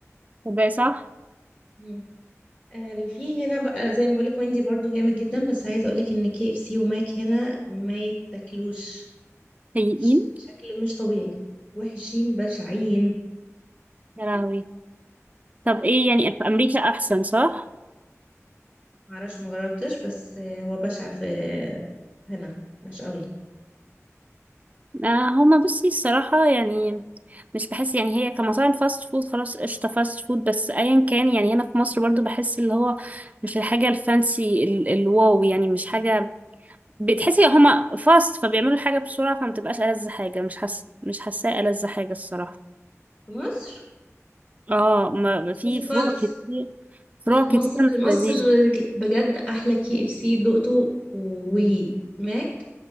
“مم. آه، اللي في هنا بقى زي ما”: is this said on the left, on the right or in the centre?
Left